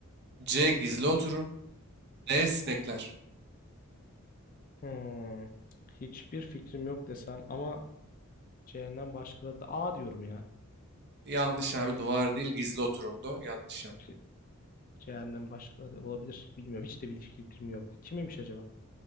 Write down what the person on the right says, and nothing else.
C. Gizli oturum. D. Sinekler.
Yanlış abi. Duvar değil gizli oturumdu. Yanlış yaptım.